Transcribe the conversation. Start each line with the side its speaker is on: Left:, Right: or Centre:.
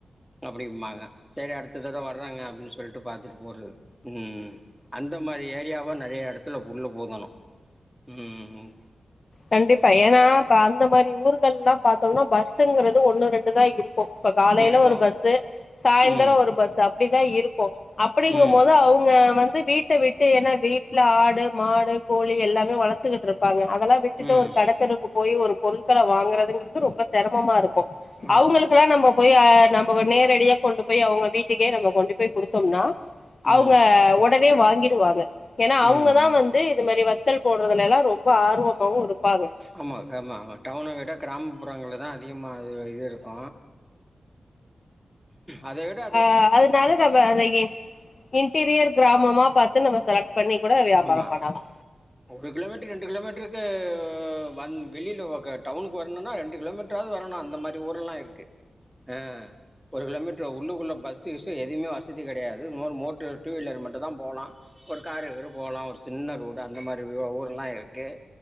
Centre: அப்டிமாங்க செரி அடுத்த தடவ வர்றாங்க அப்டின்னு சொல்ட்டு பாத்துட்டு போறது ம் அந்த மாரி ஏரியாவா நெறையா எடத்துல உள்ள போகணு ம்
Left: கண்டிப்பா ஏன்னா அந்த மாதிரி ஊர்கள் எல்லா பாத்தோம்னா பஸ்ங்கறிறது ஒண்ணு ரெண்டு தா இருக்கு இப்ப காலையில
Centre: இருக்கும்
Left: ஒரு பஸ்சு சாயந்திரோ
Centre: ம்
Left: ஒரு பஸ்சு அப்டிதா இருக்கு அப்டிங்கு
Centre: ம்
Left: போது அவங்க வந்து வீட் வீட்ட விட்டு ஏன்னா வீட்ல ஆடு மாடு கோழி எல்லாமே வளர்த்துக்கிட்டு இருப்பாங்க அதெல்லா விட் விட்டுட்டு
Centre: ம்
Left: ஒரு கட தெருக்கு போய் ஒரு பொருட்கள வாங்குறதுங்கிறது ரொம்ப செரமமா இருக்கு
Centre: ஆமா
Left: அவங்களுகெல்லா நம்ம போய் அ நம்ம நேரடியா கொண்டு போய் அவங்க வீட்டுக்கே நம்ம கொண்டு போய் கொடுத்தோம்னா
Centre: ம்
Left: அவங்க ஒ வே வாங்கிடுவாங்க ஏன்னா அவங்க
Centre: ம்
Left: தா
Centre: ம்
Left: வந்து இது மாரி வத்தல் போடுறதுல எல்லா ரொம்ப ஆர்வம் இருப்பாங்க
Centre: ஆமா ஆமா ஆ டவுன விட கிராமப்புறங்கள தா அதிகமாக இது இருக்கு அதுவிட
Left: ஆ அதனால நம்ம அத ஏ இன்டீரியர் கிராமமா பாத்து நம்ம செலக்ட் பண்ணி கூட வியாபாரோ
Centre: ஆமா
Left: பண்ணலா
Centre: ஒரு கிலோமீட்டர் ரெண்டு கிலோமீட்டருக்கு வன் வெளியில டவுனுக்கு வர்ணுன்னா ரெண்டு கிலோமீட்டர் து வரணு அந்த மாதிரி ஊரல்லா இருக்கு அ ஒரு கிலோமீட்டரு உள்ளுக்குள்ள பஸ் கிஸ் எதுவுமே வசதி கெடையாது இன்னொரு மோட்ரு டூ வீலர் மட்டு தா போலா ஒரு கார் எ போலா ஒரு சின்ன ரோடு அந்த மாதிரி ஊர் எல்லா இருக்கு